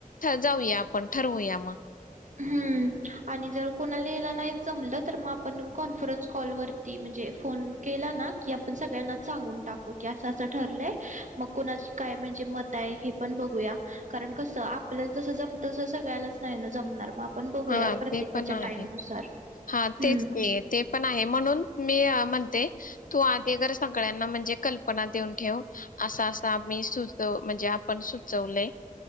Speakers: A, on the left; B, on the right.
A: जाऊया आपण ठरवूया म
B: हम् आणि जर कोणाला यायला नाहीचं जमलं तर मग आपण कॉन्फरन्स कॉल वरती म्हणजे फोन केला ना की आपण सगळ्यांनाच सांगून टाकू की असं- असं ठरलंय मग कुणाची काय म्हणजे मत आहे हे पण बघूया कारण कसं आपल्याला जसं जमतं तस सगळ्यालाच नाही ना जमणार <unintelligible>
A: हा
B: प्रत्येकाच्या
A: ते पण आहे,
B: टाइम नुसार
A: हा
B: हम्म
A: तेच ते ते पण आहे म्हणून मी म्हणते तू आधी जर सगळ्यांना म्हणजे कल्पना देऊन ठेव असं -असं आम्ही सुचव म्हणजे आपण सुचवलंय-